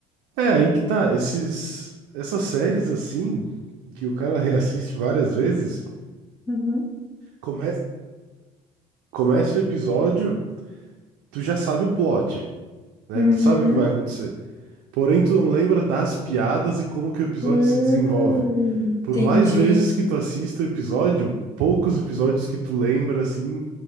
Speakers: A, on the right; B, on the left.
A: É, aí que tá, esses, essas séries assim, que o cara reassiste várias vezes,
B: Uhum.
A: come, começa o episódio, tu já sabe o plot, né?
B: Uhum.
A: Tu sabe o que vai acontecer. Porém, tu não lembra das piadas e como que o episódio
B: Hum,
A: se desenvolve. Por
B: entendi.
A: mais vezes que tu assista o episódio, poucos episódios que tu lembra assim,